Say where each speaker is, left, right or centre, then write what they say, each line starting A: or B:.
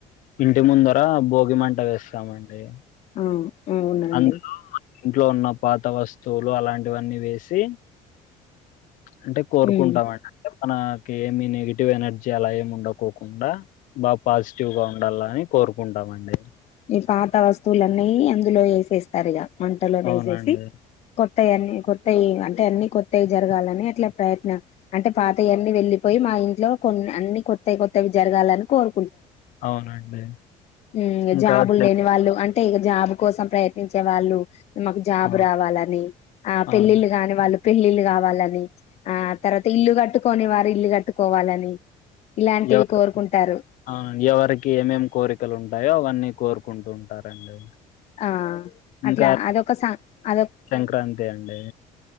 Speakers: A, on the left (about 65°); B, on the left (about 45°).
A: ఇంటి ముందర భోగి మంట వేస్తామండి
B: ఆ అవునండి
A: అందులో ఇంట్లో ఉన్న పాత వస్తువులు అలాంటివన్నీ వేసి అంటే కోరుకుంటాం
B: ఉమ్
A: అన్నట్టు మనకి ఏమి నెగిటివ్ ఎనర్జీ అలా ఏమి ఉండకోకుండా బాగా పాజిటివ్ గా ఉండాలని కోరు కోరుకుంటామండి
B: ఈ పాత వస్తువులున్నీ అందులో వేసేస్తారు ఇగ మంటలో
A: అవునండి.
B: వేసేసి కొత్ కొత్త కొత్తయి అంటే అన్ని కొత్తవి జరగాలని అట్లా ప్రయత్నం అంటే పాతయ అన్ని వెళ్ళిపోయి మా మా ఇంట్లో కొన్ని అన్ని కొత్తవి కొత్తవి జరగాలని కోరు
A: అవునండి
B: ఉమ్
A: ఇంకా
B: జాబులు
A: తె
B: లేని వాళ్ళు అంటే ఇక జాబ్ కోసం ప్రయత్నించే వాళ్ళు మాకు జాబ్
A: ఆ!
B: రావాలని ఆ పెళ్ళిళ్ళ
A: అవును.
B: కాని వాళ్ళు పెళ్ళళ్లు కావాలని నీ ఆ తర్వాత ఇల్లు కట్టుకోని వారు ఇల్లు కట్టుకోవాలని నీ ఇలాంటివి
A: ఎవరి
B: కోరుకుంటారు
A: ఆ ఎవరికి ఏమేం కోరికలు ఉంటాయో అవన్నీ కోరుకుంటూ ఉంటారండి
B: ఆ
A: ఇంకా
B: అట్లా అదొక స అదొ
A: సంక్రాంతి అండి